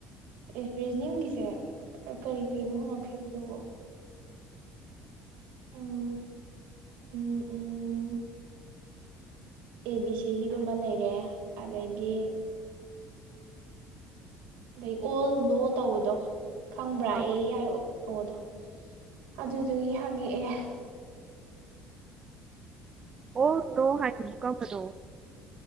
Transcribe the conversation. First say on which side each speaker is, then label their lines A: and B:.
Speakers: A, on the right (about 80°); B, on the right (about 25°).
A: ꯑꯦ ꯔꯤꯖꯅꯤꯡꯒꯤꯁꯦ ꯀꯔꯤ ꯀꯔꯤꯅꯣ ꯍꯪꯉꯛꯈꯤꯕꯗꯨꯕꯣ꯫ ꯎꯝ ꯎꯝ ꯎꯝ꯫ ꯑꯦ ꯕꯤ ꯁꯤꯒꯤꯗꯨꯃ ꯂꯩꯔꯦ ꯑꯗꯒꯤ ꯑꯗꯩ ꯑꯣꯜ ꯅꯣ ꯇꯧꯕꯗꯣ ꯈꯪꯕ꯭ꯔꯥ
B: ꯑ
A: ꯑꯦ ꯑꯥꯏ ꯑꯣ ꯑꯣꯗꯣ ꯑꯗꯨꯗꯨꯒꯤ ꯍꯪꯉꯛꯑꯦ
B: ꯑꯣꯜ ꯅ‌ꯣ ꯍꯥꯏꯁꯤꯕꯨ ꯀꯔꯝꯕꯅ‌ꯣ